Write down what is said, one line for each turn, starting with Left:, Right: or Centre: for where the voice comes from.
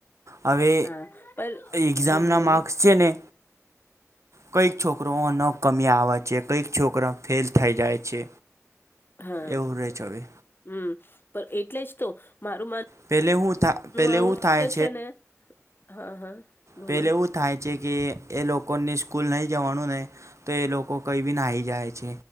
Right: હવે
Left: હા પણ
Right: એક્ઝામના
Left: હમ બોલો.
Right: માર્ક્સ છે ને કંઈક છોકરો અ ન કમી આવે છે. કંઈક છોકરા ફેલ થઈ જાય છે.
Left: હા
Right: એવું રહે છે હવે
Left: હમ્મ પણ એટલે જ તો મારું માન
Right: પહેલે હું થા પહેલે
Left: આવું
Right: એવું થાય
Left: તો છે ને, હા હા બોલો
Right: પેલે એવું થાય જે કે એ લોક કોને સ્કૂલ નહી જવાનું ને તો એ લોકો કંઈ બી નાહી જાય છે.